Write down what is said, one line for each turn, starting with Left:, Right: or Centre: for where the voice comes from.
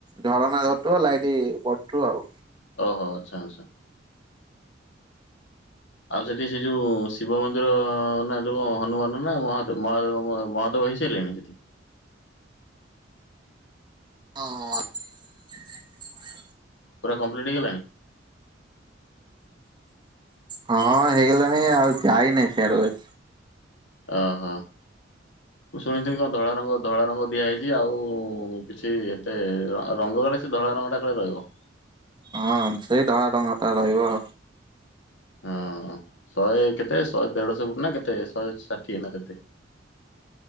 Right: ଝରଣା ଝରୁଥିବ ଲାଇଟ୍ ପଡୁଥିବ ଆଉ।
Left: ଓହୋ ଆଚ୍ଛ ଆଚ୍ଛା। ଆଉ ସେଠି ସେ ଯୋଉ ଶିବ ମନ୍ଦିର ନା ଯୋଉ ହନୁମାନ ନା ମହାଦବ ମହାବ ମହାଦେବ ହେଇସାରିଲେଣି ସେଠି।
Right: ହଁ।
Left: ପୁରା କମ୍ପ୍ଲିଟ ହେଇଗଲାଣି।
Right: ହଁ ହେଇଗଲାଣି ଆଉ ଯାଇନି ସିଆଡେ।
Left: ଓହୋ। ମୁଁ ଶୁଣିଥିଲି କଣ ଧଳା ରଙ୍ଗ ଧଳା ରଙ୍ଗ ଦିଆ ହେଇଛି ଆଉ କିଛି ଏତେ ରଙ୍ଗ କାଳେ ସେ ଧଳା ରଙ୍ଗଟା କାଳେ ରହିବ।
Right: ହଁ ସେଇ ଧଳା ରଙ୍ଗ ଟା ରହିବ।
Left: ହଁ ଶହେ କେତେ ଶହେ ଦେଢ ଶହ ଫୁଟ ନା କେତେ ଶହେ ଷାଠିଏ ନା କେତେ।